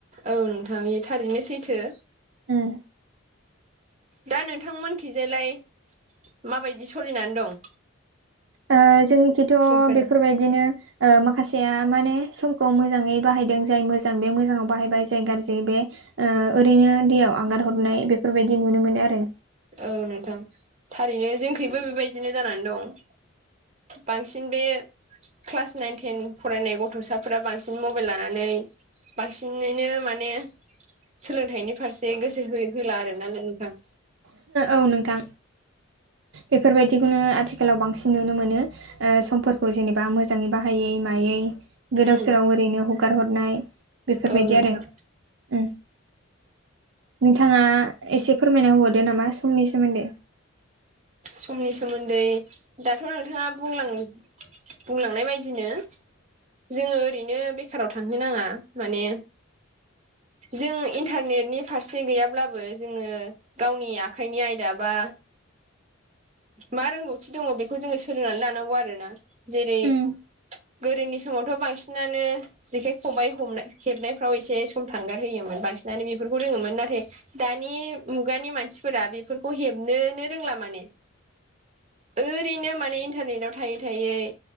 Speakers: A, on the right; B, on the right.
A: औ नोंथांनि थारैनो सैथो।
B: उम
A: दा नोंथांमोनथिंजायलाय माबायदि सोलिनानै दं?
B: ओ जोंनिखिथ'
A: समफोरा
B: बेफोरबायदिनो ओ माखासेया माने समखौ मोजाङै बाहायदों जाय मोजां बे मोजाङाव बाहायबाय जाय गाज्रि बे ओ ओरैनो दैयाव आगार हरनाय बेफोरबायदि नुनो मोनो आरो।
A: औ नोंथां थारैनो जोंखैबो बेबायदिनो जानानै दं बांसिन बे क्लास नाइन टेन फरायनाय गथ'साफोरा बांसिन मबाइल लानानै बांसिनैनो माने सोलोंथाइनि फारसे गोसो हो होला आरोना नोंथां।
B: औ नोंथां बेफोर बायदिखौनो आथिखालाव बांसिन नुनो मोनो। ओ समफोरखौ जेनेबा मोजाङै बाहायै मायै गोदाव
A: उम
B: सोराव ओरैनो हगार हरनाय बेफोरबायदि
A: औ नोंथां।
B: आरो उम नोंथाङा एसे फोरमायना होबावदो नामा समनि सोमोन्दै।
A: समनि सोमोन्दै दाथ' नोंथाङा बुंलां बुंलांनाय बायदिनो जोङो ओरैनो बेखाराव थांहो नाङा माने जों इन्टारनेटनि फारसे गैयाब्लाबो जोङो गावनि आखाइनि आयदा बा मा रोंगौथि दङ बेखौ जोङो सोलोंनानै लानांगौ आरोना। जेरै
B: उम
A: गोदोनि समावथ' बांसिनानो जेखाइ खबाइ हमना हेबनायफ्राव एसे सम थांगार होयोमोन बांसिनानो बेफोरखौ रोङोमोन नाथाय दानि मुगानि मानसिफोरा बेफोरखौ हेबनोनो रोंला माने ओरैनो माने इन्टारनेट आव थायै थायै